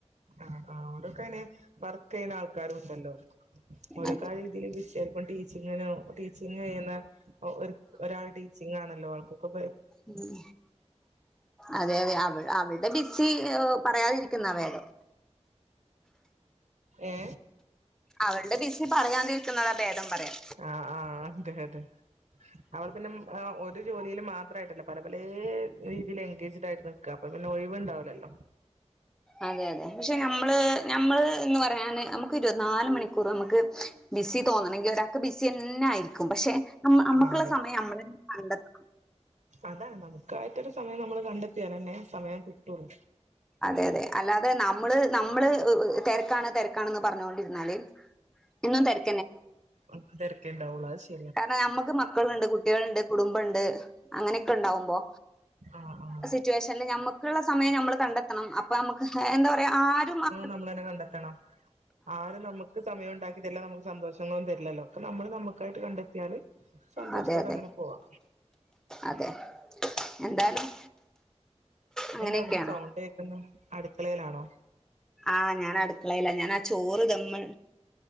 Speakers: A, on the right (about 85°); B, in the centre.
A: ആഹ് ആഹ് ഓരൊക്കയ്നെ വർക്കെയ്യണ ആൾക്കാരും ഉണ്ടല്ലോ ഓരൊക്കാരി
B: അതെ
A: ധികം ബിസി ആയിരിക്കും ടീച്ചിങ്ങിനൊ ടീച്ചിങ്ങ് ചെയ്യുന്ന ഒ ഒര് ഒരാള് ടീ ച്ചിങ്ങാണല്ലോ ആൾക്കൊക്കെപ്പെ
B: ഉം അതെ അതെ അവൾ അവൾടെ ബിസി പറയാതിരി ക്കുന്നാ ഭേദം
A: ഏ
B: അവൾടെ ബിസി പറയാതിരിക്കുന്നതാ ഭേദം പറയാ
A: ആഹ് ആഹ് അതെ അതെ അവള് പിന്നെ ഒരു ജോലീലും മാത്രായിട്ടല്ല പല പലേ രീതില് എൻഗേജഡ് ആയിരിന്ന് പുതിയാപ്ലക്ക് പിന്നെ ഒഴിവ്ണ്ടാവ് ല്ലല്ലോ
B: അതെ അതെ പക്ഷേ നമ്മള് ഞമ്മള്ന്ന് പറയാന് നമ്ക്ക് ഇരുവത്ത് നാല് മണിക്കൂറ് നമ്ക്ക് ബിസി തോന്നണങ്കി ഒരാക്ക് ബിസിന്നെ ആയിരിക്കും. പക്ഷേ നമ്മക്ക്ള്ള
A: ആ അതെ
B: സമയം നമ്മളെന്നെ കണ്ടെത്തണം.
A: അതാണ് നമുക്കായിട്ടൊരു സമയം നമ്മള് കണ്ടെത്തിയാലന്നെ സമയം കിട്ടൊള്ളൂ.
B: അതെ അതെ അല്ലാതെ നമ്മള് നമ്മള് തെരക്കാണ് തെരക്കാണെന്ന് പറഞ്ഞോണ്ടിര്ന്നാല് എന്നും തെര്
A: ഉം തെര്ക്കെണ്ടാവൊള്ളു അഹ് ശ
B: കാരണം ഞമ്മക്ക് മക്കള്ണ്ട്, കുട്ടിയള്ണ്ട്, കുടുംബണ്ട്, അങ്ങനെക്കെ ഇണ്ടാവുമ്പോ
A: ആഹ് ആഹ്
B: സിറ്റുവേഷനില് ഞമ്മക്ക്ള്ള സമയം നമ്മള് കണ്ടെത്തണം. അപ്പ ഞമ്മക്ക് എന്താ പറയാ ആരും ആ
A: നമ്മളെന്നെ കണ്ടെത്തണം ആരും നമ്ക്ക് സമയം ഉണ്ടാക്കിതര്ല നമ്ക്ക് സന്തോഷങ്ങളും തര്ലല്ലോ. അപ്പ നമ്മള് നമുക്കായിട്ട് കണ്ടെത്തിയാല് സന്തോഷത്തോടെ
B: അതെ അതെ
A: അങ്ങനെ പോവാ
B: അതെ എന്തായാലും അങ്ങനെയൊക്കെയാണ്
A: എന്താ അവ്ട്ന്ന് സൗണ്ട് കേക്കുന്നു, അടുക്കളേലാണോ?
B: ആഹ് ഞാൻ അടുക്കളേലാ ഞനാ ചോറ് ദമ്മ്